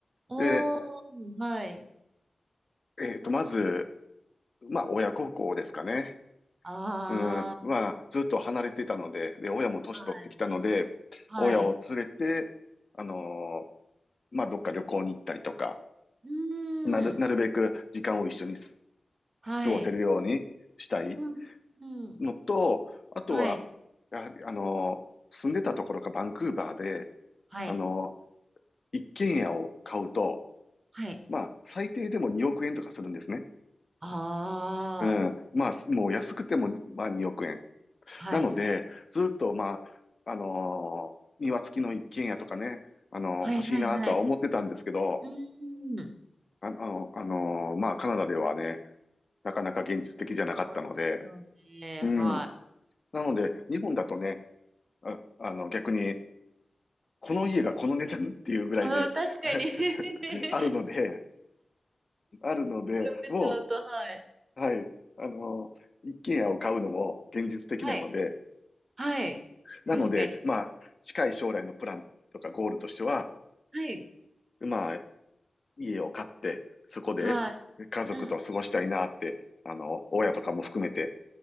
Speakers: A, on the right (about 40°); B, on the left (about 45°).
A: おー、
B: で、
A: はい。
B: えっと、まず、まあ、親孝行ですかね。
A: あ
B: うん、
A: ー
B: は、ずっと離れてたので、で、親も年取ってきたので、
A: はい。はい。
B: 親を連れて、あのーまあ、どっか旅行に行ったりとか、
A: う
B: なる、
A: ーん。
B: なるべく時間を一緒にす
A: はい。
B: 過ごせるようにしたい
A: うん。うん
B: のと、あとは、
A: はい。
B: やはり、あのー住んでたところがバンクーバーで、
A: はい。
B: あのー一軒家を買うと、
A: はい。
B: まあ、最低でも2億円とかするんですね。
A: ああ。
B: うん。まあ、もう安くても、まあ、2億円。
A: はい。
B: なので、ずっと、まあ、あのー庭付きの一軒家とかね、あのー欲しいなとは思ってたんですけど、
A: はい。はい。はい。うーん。
B: あ、あの、あのーまあ、カナダではね、なかなか現実的じゃなかったので、
A: <laughs> そうですよね。
B: うん。
A: はい。
B: なので、日本だとね、あ、あの、逆に、この家がこの値段っていうぐらいで
A: <laughs> うん、確かに
B: <laughs>
A: <laughs> 比
B: あるので、あるので、
A: べちゃうと、
B: も
A: はい。
B: う、はい、あのー一軒家を買うのも現実的なので、
A: はい。はい。
B: なので、
A: 確かに。
B: まあ、近い将来のプランとかゴールとしては、
A: はい。
B: まあ、家を買って、そこで
A: はい。
B: 家族と過ごしたいなって、
A: うん。
B: あの、親とかも含めて、